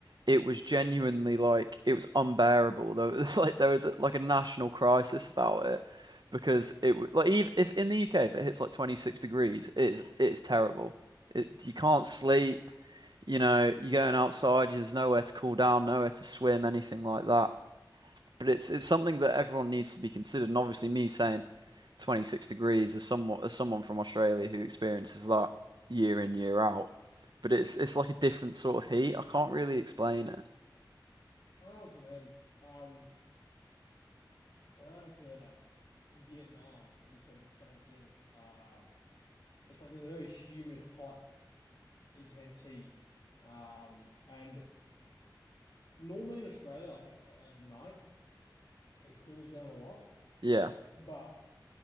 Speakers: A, on the right (about 65°); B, on the left (about 70°).
A: It was genuinely like it was unbearable. There was <laughs> like there was like a national crisis about it because it w- like even if in the UK if it hits like 26 degrees, it's it's terrible. It, you can't sleep. You know, you're going outside, there's nowhere to cool down, nowhere to swim, anything like that but it's it's something that everyone needs to be considered. And obviously, me saying 26 degrees as someone as someone from Australia who experiences that year in year out, but it's it's like a different sort of heat. I can't really explain it.
B: I don't know what you mean. Um, when I went to Vietnam, it was sort of the same thing. Uh, it's like this very humid, hot, intense heat. Um, and normally in Australia, like at, at at night. it cools down a lot.
A: Yeah,
B: But